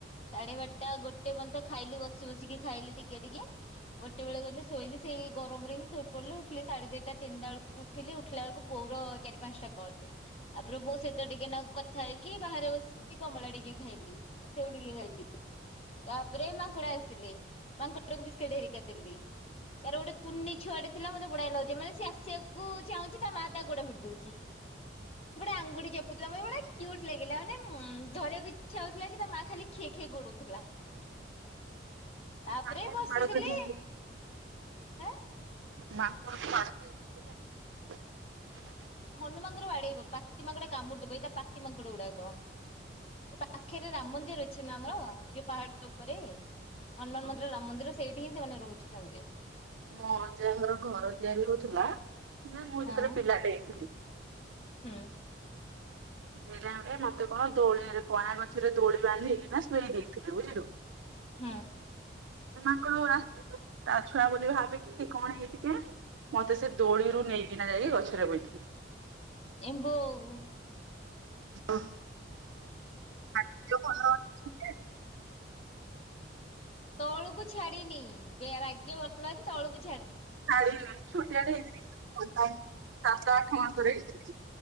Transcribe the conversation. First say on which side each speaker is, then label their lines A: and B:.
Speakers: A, on the left; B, on the right.
A: ସାଢେ ବାରଟା ଗୋଟେ ପର୍ଯ୍ୟନ୍ତ ଖାଇଲି ବସି ବସିକି ଖାଇଲି ଟିକେ ଟିକେ। ଗୋଟେ ବେଳେ ଗଲି ଶୋଇଲି ସେ ସେଇ ଗରମରେ ହିଁ ଶୋଇ ପଡିଲି। ଉଠିଲି ସାଢେ ଦିଟା ତିନିଟା ବେଳକୁ ଉଠିଲି। ଉଠିଲା ବେଳକୁ ବୋଉ ର ଚାରି ପାଞ୍ଚଟା କଲ। ତାପରେ ବୋଉ ସହିତ ଟିକେ ନାକୁ କଥା ହେଇକି ବାହାରେ ବସିକି କମଳା ଟିକେ ଖାଇଲି ଆଉ ସେଉ ଟିକେ ଖାଇଲି। ତାପରେ ମାଙ୍କଡ ଆସିଥିଲେ। ମାଙ୍କୁଡଙ୍କୁ ବିସ୍କେଟ ହେରିକା ଦେଲି। ତାର ଗୋଟେ କୁନି ଛୁଆଟେ ଥିଲା ମୋତେ ବଢିଆ ଲାଗୁଛି। ମାନେ ସେ ଆସିବାକୁ ଚାହୁଁଛି ତା ମା ତା ଗୋଟେ ଭିଡ଼ି ଦଉଛି। ସେ ଗୋଟେ ଆଙ୍ଗୁଠ <unintelligible> ଗୋଟେ କ୍ୟୁଟ ଲାଗିଲା ମାନେ ଧରିବାକୁ ଇଛା ହଉଥିଲା ଯେ ତା ମା ଖାଲି ଖି ଖିଇ ଗଡଉଥିଲା। ତାପରେ
B: ମାଙ୍କଡ
A: ବସିଥିଲି।
B: ମାଡ ଖାଇକି
A: ଆଁ
B: ମାଙ୍କଡ଼ ଠୁ ମାଡ ଖାଇଚୁ। <unintelligible>
A: ହନୁମାଙ୍କର ବାଡେଇବ ପାତି ମାଙ୍କଡ କାମୁଡିଦବ ଏଇରା ପାତିମାଙ୍କଡ ଗୁଡା। କ ଏଇ ପାଖରେ ରାମ ମନ୍ଦିର ଅଛି ନା ଆମର ଏ ପାହାଡ ଉପରେ। ହନୁମାନ
B: ହଁ
A: ମନ୍ଦିର ରାମ ମନ୍ଦିର ସେଇଠି ହିଁ ସେମାନେ ରହୁଛନ୍ତି।
B: ମୋ ଅଜା ଘର ଘର ତିଆରି ହଉଥିଲା ମାନେ ମୁଁ
A: ହଁ
B: ଯେତେବେଳେ ପିଲାଟେ ହେଇଥିଲି।
A: ହୁଁ।
B: ସେଇ ଟାଇମ ରେ ମତେ କଣ ଦୋଳିରେ କଇଁଆ ଗଛରେ ଦୋଳି ବାନ୍ଧିକିନା ଶୋଏଇ ଦେଇଥିଲେ। ବୁଝିଲୁ
A: ହୁଁ।
B: ସେ ମାଙ୍କଡ ଗୁରା ତା ଛୁଆ ବୋଧେ ଭାବିକି କଣ ହେଇଛି କେଜାଣି ମତେ ସେ ଦୋଳିରୁ ନେଇକିନା ଯାଇ ଗଛରେ ବଇଥିଲେ।
A: ଏମ୍ ବୋଉ।
B: <unintelligible> ଭାଗ୍ୟ ଭଲ ଅଛି ଯେ
A: ତଳକୁ ଛାଡିନି। ବେଳା ଭାଗ୍ୟ ଭଲ ଅଛି ତଳକୁ
B: ଛାଡିନି। ଛୋଟିଆଟେ ହେଇଥିଲି ସାତ ଆଠ ମାସର ହେଇଥିଲି।